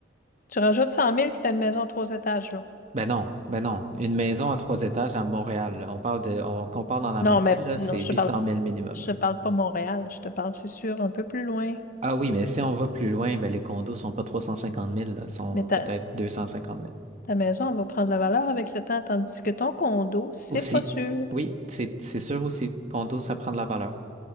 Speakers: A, on the left; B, on the right.
A: Tu rajoutes cent mille, puis t'as une maison à trois étages, là.
B: Ben non, ben non. Une maison à trois étages à Montréal, là, On parle de, on compare dans la même
A: Non, mais
B: ville, là,
A: non,
B: c'est
A: je
B: huit
A: te parle,
B: cent mille minimum.
A: je te parle pas Montréal. Je te parle, c'est sûr, un peu plus loin.
B: Ah oui, mais si on va plus loin, ben les condos sont pas 350 000, là, sont
A: Mais ta,
B: peut-être deux cent cinquante mille
A: ta maison, elle va prendre la valeur avec le temps, tandis que ton condo, c'est
B: Aussi.
A: pas sûr.
B: Oui, c'est c'est sûr aussi. Condo, ça prend de la valeur.